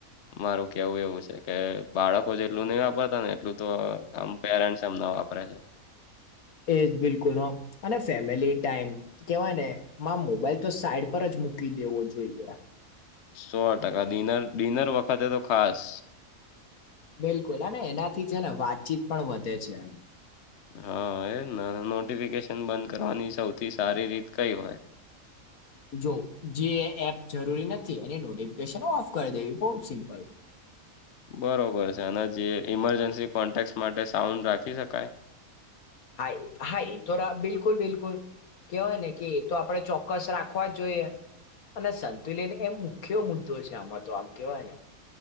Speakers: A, on the left (about 60°); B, on the left (about 80°).
A: મારું કેવું એવું છે, કે બાળકો જેટલું ની વાપરતા ને એટલું તો આમ પેરેન્ટ્સ એમના વાપરે છે.
B: એજ બિલકુલ ઓમ અને ફેમિલી ટાઈમ કેવાય ને માં મોબાઈલ તો સાઈડ પર જ મૂકી દેવો જોઈએ.
A: સો ટકા ડિનર ડિનર વખતે તો ખાસ
B: બિલકુલ અને એનાથી છે, ને વાતચીત પણ વધે છે.
A: હા એ ના નોટિફિકેશન બંધ કરવાની સૌથી સારી રીત કઈ હોય?
B: જો જે એપ જરૂરી નથી એની નોટિફિકેશન ઓફ કરી દેવી બો જ સિમ્પલ
A: બરોબર છે, અને જે ઈમરજન્સી કોન્ટેક માટે સાઉન્ડ રાખી શકાય?
B: હાય હા એતો રા બિલકુલ બિલકુલ કેવાય ને કે એ તો આપડે ચોક્કસ રાખવા જ જોઈએ. અને સંતુલન એમ મુખ્ય મુદ્દો છે, આમાં તો આમ કેવાય ને